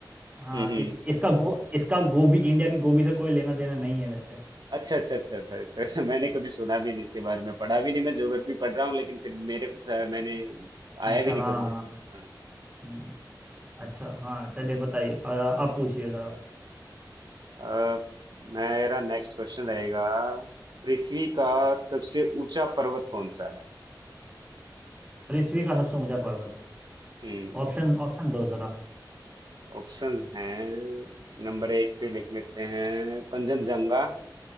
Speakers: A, on the right; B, on the right.
A: हाँ
B: हम्म,
A: इस इसका गो इसका गोबी इंडिया की गोबी से कोई लेना देना नहीं है वैसे
B: अच्छा अच्छा अच्छा अच्छा तो <laughs> मैंने कभी सुना भी नहीं इसके बारे में पढ़ा भी नहीं मैं ज्योग्राफी पढ़ रहा हूँ लेकिन फिर मेरे पास, अ, मैंने
A: अच्छा
B: आया भी नहीं
A: हाँ
B: कभी
A: हाँ हाँ,
B: हाँ
A: हम्म, अच्छा हाँ चलिए बताइए
B: हाँ।
A: अ, आप पूछिए जरा
B: अ, मेरा नेक्स्ट क्वेश्चन रहेगा पृथ्वी का सबसे ऊंचा पर्वत कौन सा है
A: पृथ्वी का सबसे ऊंचा पर्वत
B: हम्म
A: ऑप्शन ऑप्शन दो जरा
B: ऑप्शंस हैं नंबर एक पे लिख लेते हैं कंचनजंगा